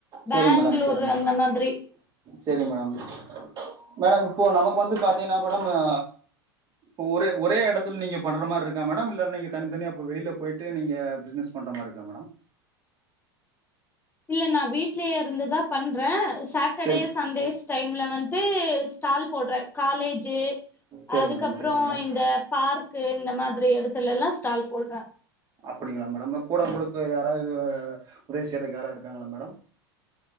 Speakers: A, on the left (about 15°); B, on the right (about 30°).
A: பேங்ளூரு
B: சரிங்க மேடம் சரி மேடம்
A: அந்த மாதிரி
B: சரி மேடம் மேடம் இப்போ நமக்கு வந்து பாத்தீங்கன்னா மேடம் ஆ இப்ப ஒரே ஒரே எடத்துல நீங்க பண்ற மாரி இருக்கா மேடம் இல்ல நீங்க தனித்தனி அப்ப வெளில போயிட்டு நீங்க பிஸ்னஸ் பண்ற மாரி இருக்கா மேடம்
A: இல்ல நான் வீட்லயே இருந்துதா பண்றன் சாட்டர்டே
B: சரி
A: சண்டேஸ் டைம்ல வந் ஸ்டால் போடற காலேஜி
B: சரி
A: அதுக்கப்புறம்
B: மேடம் சரி மேடம்
A: இந்த பார்க்கு இந்த மாதிரி எடத்துல எல்லா ஸ்டால் போடற
B: அப்டிங்களா மேடம் கூட உங்களுக்கு யாராவது உதவி செய்றக்கு யாராவது இருக்காங்களா மேடம்